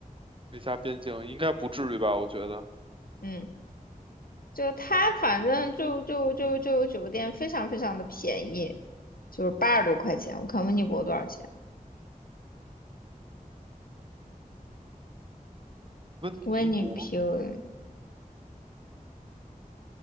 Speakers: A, on the right; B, on the left.
A: 美加边境应该不至于吧？我觉得
B: 嗯，就他反正就就就就酒店非常非常的便宜，就是八十多块钱。我看温尼伯多少钱？
A: 温尼伯，
B: 温尼平，